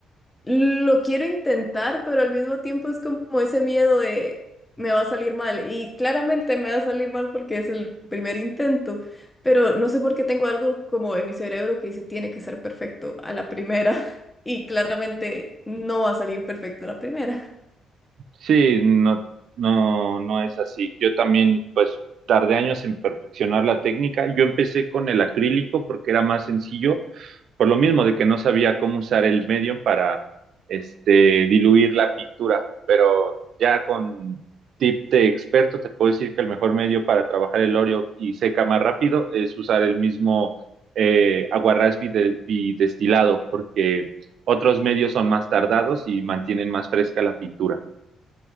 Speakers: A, on the left; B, on the right.
A: Lo quiero intentar, pero al mismo tiempo es como ese miedo de me va a salir mal. Y claramente me va a salir mal porque es el primer intento, pero no sé por qué tengo algo como en mi cerebro que dice tiene que ser perfecto a la primera. <laughs> Y claramente no va a salir perfecto a la primera.
B: Sí, no, no, no es así. Yo también, pues, tardé años en perfeccionar la técnica. Yo empecé con el acrílico porque era más sencillo por lo mismo de que no sabía cómo usar el medium para este, diluir la pintura, pero ya con tip de experto te puedo decir que el mejor medio para trabajar el óleo y seca más rápido es usar el mismo eh, aguarrás bidestilado, porque otros medios son más tardados y mantienen más fresca la pintura.